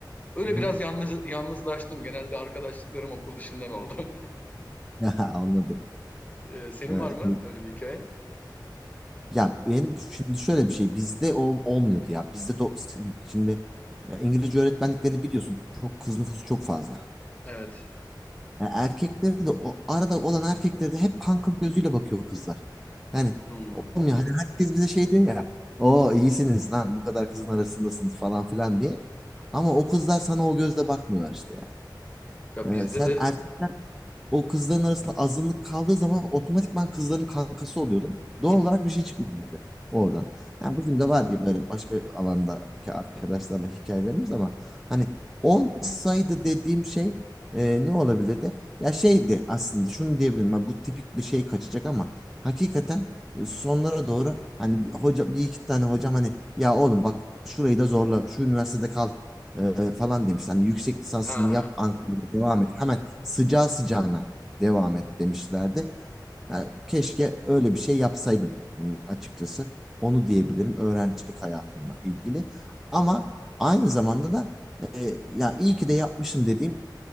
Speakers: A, on the left (about 20°); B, in the centre.
A: Öyle
B: Hı hı.
A: biraz yalnız, yalnızlaştım. Genelde arkadaşlıklarım okul dışından oldu. <laughs>
B: <laughs> Anladım.
A: E, senin
B: Evet.
A: var mı öyle bir hikayen?
B: Ya benim şimdi şöyle bir şey bizde o olmuyordu ya. Bizde do- si, şimdi ya İngilizce öğretmenliklerini biliyorsun. Çok kız nüfusu çok fazla.
A: Evet.
B: Yani erkekleri de o arada olan erkekleri de hep kanka gözüyle bakıyor kızlar. Yani
A: Hmm.
B: olmuyor. Hani herkes bize şey diyor ya. O iyisiniz lan bu kadar kızın arasındasınız falan filan diye. Ama o kızlar sana o gözle bakmıyorlar işte yani.
A: Ya
B: Ee,
A: bizde
B: sen
A: de
B: erkek o kızların arasında azınlık kaldığı zaman otomatikman kızların kankası oluyordum.
A: <laughs>
B: Doğal olarak bir şey çıkıyordu bize oradan. Ha, bizim de var diye böyle başka alandaki arkadaşlarla hikayelerimiz ama hani olmasaydı dediğim şey e, ne olabilirdi? Ya şeydi aslında şunu diyebilirim ben bu tipik bir şey kaçacak ama hakikaten e, sonlara doğru hani bir hoca bir iki tane hocam hani ya oğlum bak şurayı da zorla şu üniversitede kal e, falan demiş. Hani yüksek lisansını
A: ha
B: yap Ankara'da devam et. Hemen sıcağı sıcağına devam et demişlerdi. Ha, keşke öyle bir şey yapsaydım hmm, açıkçası. Onu diyebilirim öğrencilik hayatımla ilgili. Ama aynı zamanda da e, ya iyi ki de yapmışım dediğim